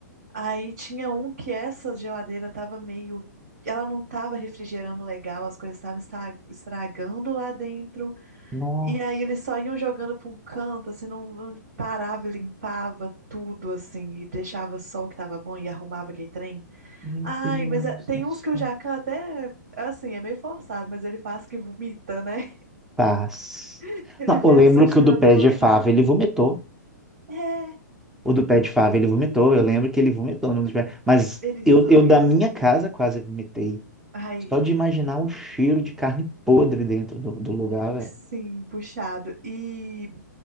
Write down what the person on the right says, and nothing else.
Aí tinha um que essa geladeira tava meio. Ela não tava refrigerando legal, as coisas estavam estra- estragando lá dentro.
E aí eles só iam jogando pra um canto, assim, não, não parava e limpava tudo, assim, e deixava só o que tava bom e arrumava aquele trem.
Ai,
mas é- tem
uns
que o Jacan até, assim, é meio forçado, mas ele faz que vomita, né?
<laughs> Ele
vê
a sujeira
do lugar.
É,
uhum,
ele
sai,
assim.
Ai,
sim, puxado. E.